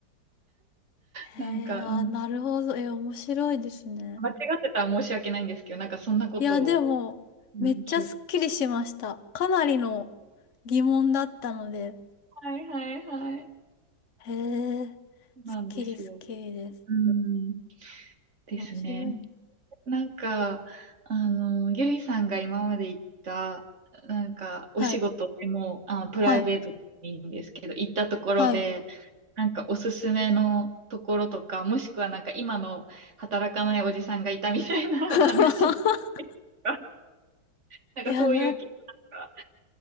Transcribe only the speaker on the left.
へえ、
あー、
なるほど。え、面白いですね。
いや、でも、
めっちゃすっきりしました。
かなりの疑問だったので。
へえ、すっきりすっきりです。
面白いね。
はい、
はい、
はい。
<laughs>
いや、な、